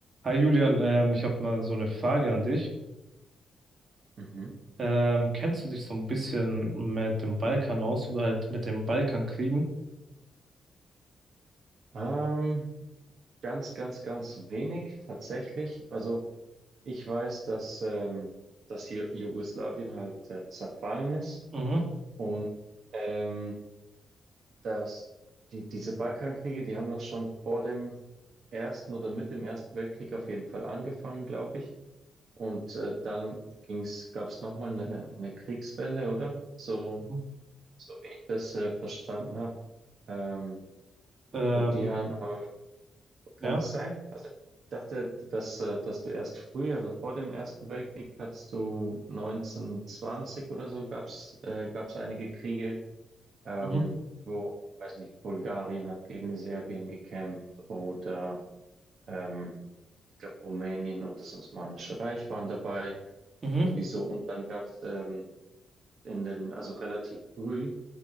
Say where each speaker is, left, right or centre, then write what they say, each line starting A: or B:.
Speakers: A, on the right; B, on the right.
A: Hi Julian, ähm, ich habe mal so eine Frage an dich.
B: Mhm.
A: Ähm, kennst du dich so ein bisschen mit dem Balkan aus oder halt mit den Balkankriegen?
B: Ähm, ganz, ganz, ganz wenig tatsächlich. Also ich weiß, dass, ähm, dass hier Jugoslawien halt äh, zerfallen ist
A: Mhm.
B: und ähm, dass die, diese Balkankriege, die haben doch schon vor dem Ersten oder mit dem Ersten Weltkrieg auf jeden Fall angefangen, glaube ich. Und äh, dann ging's, gab es nochmal eine, eine Kriegswelle, oder? So,
A: Mhm.
B: so wie ich das äh, verstanden habe. Ähm,
A: Ähm,
B: und die haben, haben Kann
A: ja.
B: das sein? Also ich dachte, dass, äh, dass du erst früh, also vor dem Ersten Weltkrieg, hattest du 1920 oder so, gab's äh, gab's einige Kriege, ähm,
A: Mhm.
B: wo, weiß nicht, Bulgarien hat gegen Serbien gekämpft oder ähm, ich glaube Rumänien und das Osmanische Reich waren dabei,
A: Mhm.
B: irgendwie so. Und dann gab's ähm, in den, also relativ früh,